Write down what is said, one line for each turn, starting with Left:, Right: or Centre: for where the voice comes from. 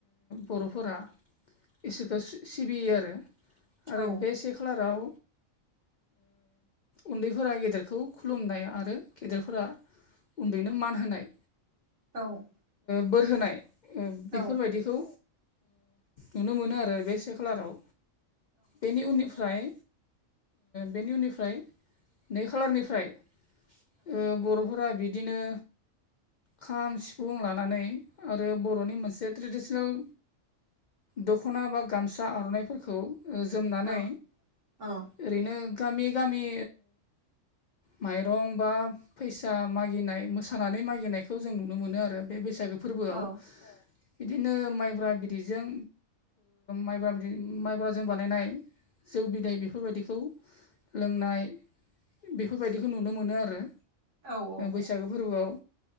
Left: बर'फोरा इसोरखौ सिबियो आरो आरो
Right: औ
Left: बे से खालाराव उन्दैफोरा गेदेरखौ खुलुमनाय आरो गेदेरफोरा उन्दैनो मान होनाय
Right: औ
Left: बोर होनाय बेफोरबायदिखौ
Right: नंगौ
Left: नुनो मोनो आरो बे से खालाराव बेनि उननिफ्राय बेनि उननिफ्राय नै खालारनिफ्राय ओ बर'फोरा बिदिनो खाम सिफुं लानानै आरो बर'नि मोनसे ट्रेडिसनेल दखना बा गामसा आर'नाइफोरखौ जोमनानै
Right: औ औ
Left: ओरैनो गामि गामि माइरं बा फैसा मागिनाय मोसानानै मागिनाय खौ जों नुनो मोनो आरो बे बैसागो फोरबोआव
Right: औ
Left: बिदिनो माइब्रा बिदैजों माइब्रा बिदै माइब्राजों बानायनाय जौ बिदै बेफोरबायदिखौ लोंनाय बेफोरबायदिखौ नुनो मोनो आरो
Right: औ औ
Left: बैसागो फोरबोआव